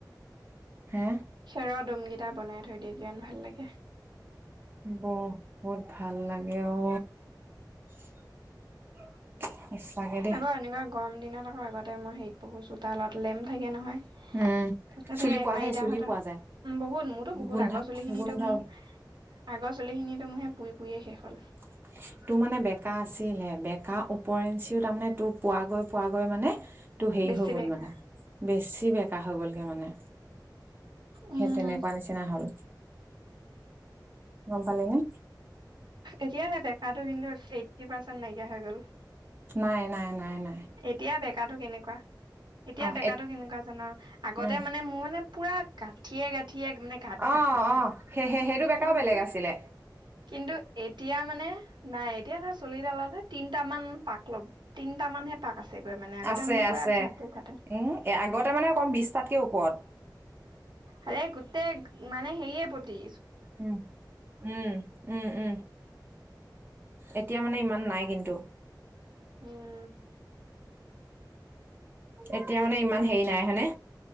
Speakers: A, on the right (about 25°); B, on the right (about 80°).
A: হে?
B: খেৰৰ দমকেইটা বনাই থৈ দিয়ে কিমান ভাল লাগে।
A: বহুত ভাল লাগে অ, <unintelligible> সঁচাকে দেই।
B: আকৌ এনেকুৱা গৰম দিনত আকৌ আগতে মই হেৰিত পঢ়ো চোতালত লেম্প থাকে নহয়।
A: উম,
B: তাকে
A: চুলি
B: দেই
A: পোৱা যায়,
B: আইতাহঁতৰ
A: চুলি পোৱা যায়।
B: বহুত মোৰতো বহুত
A: গোন্ধা
B: আগৰ চুলিখিনিটো
A: গোন্ধ
B: মোৰ আগৰ চুলিখিনিটো মোৰ হেই পুৰি-পুৰিয়ে শেষ হ'ল।
A: <inaudible> তোৰ মানে বেকা আছিলে বেকা উপৰেঞ্চিও তাৰমানে তোৰ পোৱাগৈ-পোৱাগৈ মানে টো হেৰি
B: বেছি
A: হৈ গ'ল
B: বেকা
A: মানে বেছি বেকা হৈ গ'লগে মানে। সেই
B: উম,
A: তেনেকুৱা নিচিনা হ'ল গম পালি নে।
B: এতিয়া হেই বেকাটো কিন্তু এইত্তি পাৰ্চেণ্ট নাইকিয়া হৈ গ'ল।
A: নাই-নাই-নাই-নাই।
B: এতিয়া বেকাটো কেনেকুৱা, এতিয়া
A: অ'
B: বেকাটো
A: এ
B: কেনেকুৱা জান আগতে
A: উম,
B: মানে মোৰ মানে পুৰা গাঁঠিয়ে-গাঁঠিয়ে মানে ঘাট-ঘাট-ঘাট-ঘাট
A: অ' অ' সেই সেই সেইটো বেকাও
B: কিন্তু।
A: বেলেগ আছিলে
B: কিন্তু এতিয়া মানে নাই এতিয়া ধৰ চুলিডালত তিনিটা মান পাক ল'ম। তিনিটা মানহে পাক আছেগৈ মানে আগতে
A: আছে
B: মানে পুৰা
A: আছে
B: ঘাটটো খাটে।
A: উম আগতে মানে কম বিছটাতকৈ ওপৰত।
B: হাৰে গোটেই মানে হেৰিয়ে পতি
A: উম-উম। উম-উম, এতিয়া মানে ইমান নাই কিন্তু।
B: উম। উম।
A: এতিয়া মানে ইমান হেৰি নাই হয়নে?